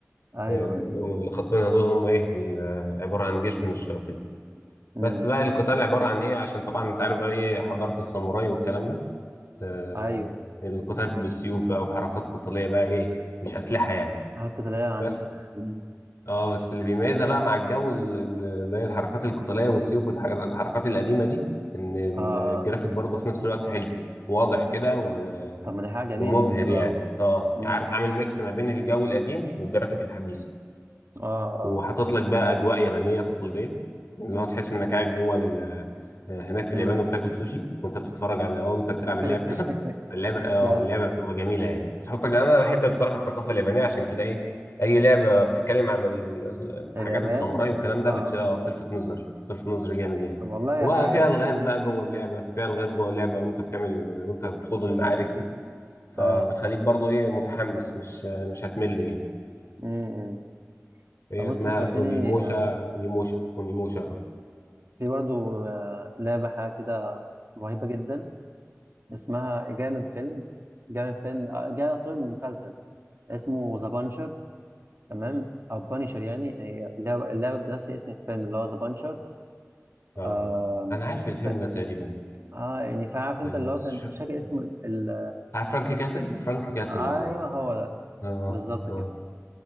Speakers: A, on the right; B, on the left.
A: ايوه
B: آم،
A: ايوه
B: واللي خاطفينها دول هم ايه آه، عباره عن جيش من الشياطين
A: امم
B: بس بقى القتال عباره عن ايه عشان طبعا انت عارف بقى ايه حضاره الساموراي والكلام ده آه،
A: ايوه
B: القتال بالسيوف بقى وحركات قتالية بقى ايه مش أسلحة يعني
A: حاجة قتالية عنيفة
B: بس
A: <laughs> أمم.
B: اه بس اللي بيميزها بقى مع الجو ال- ال- اللي هي الحركات القتالية والسيوف والحر- الحركات القديمة دي ان
A: اه آه.
B: الجرافيك برضه في نفس الوقت حلو واضح كده و-
A: طب ما دي حاجة جميلة
B: ومبهر
A: حلوة
B: يعني
A: أوي
B: اه
A: امم
B: يعني عارف عامل ميكس ما بين الجو القديم والجرافيك الحديث
A: اه اه
B: وحاطط لك بقى اجواء يابانيه تقليديه اللي هو تحس انك قاعد جوه ال- آه، هناك في
A: امم
B: اليابان وبتاكل سوشي وانت بتتفرج على او انت بتلعب اللعبه
A: فكرة السوشي
B: <laughs>
A: <laughs>
B: اللعبه اه
A: جامد
B: اللعبه بتبقى جميله يعني بتحطك انا بحب
A: آه.
B: بصراحه الثقافه اليابانيه عشان كده ايه اي لعبه بتتكلم عن ال-
A: اليابان
B: حاجات الساموراي والكلام ده
A: اه
B: بت- آه،
A: صح.
B: بتلفت نظري بتلفت نظري جامد يعني
A: طب والله
B: وبقى
A: هي حاجة
B: فيها
A: جميلة
B: الغاز
A: أوي
B: بقى جوه اللعبه فيها الغاز جوه اللعبه وانت بتعمل وانت بتخوض المعارك دي فبتخليك
A: اه
B: برضو ايه متحمس مش آه، مش هتمل يعني
A: امم
B: هي
A: طب بص
B: اسمها
A: فكرتني
B: اونيموشا
A: آه،
B: اونيموشا اونيموشا اه
A: في برضو آه، لعبة حاجة كده رهيبة جدا اسمها جاية من فيلم جاية من فيلم آه، جاية سوري من مسلسل اسمه ذا بانشر تمام او بانشر يعني هي اللعبه اللعبه بنفس اسم الفيلم اللي هو ذا بانشر
B: اه
A: آم،
B: انا عارف الفيلم
A: ف...
B: ده تقريبا
A: اه يعني فعارف انت
B: آه
A: اللي هو
B: بس
A: كان
B: مش فاكر
A: مش فاكر اسم ال... ال...
B: بتاع فرانك كاسل فرانك كاسل
A: ايوه
B: اه
A: هو ده
B: اه
A: بالظبط
B: اه
A: كده